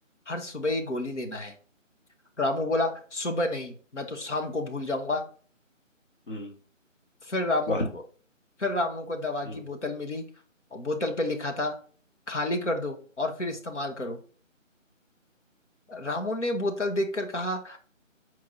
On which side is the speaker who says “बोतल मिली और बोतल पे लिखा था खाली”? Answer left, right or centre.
Left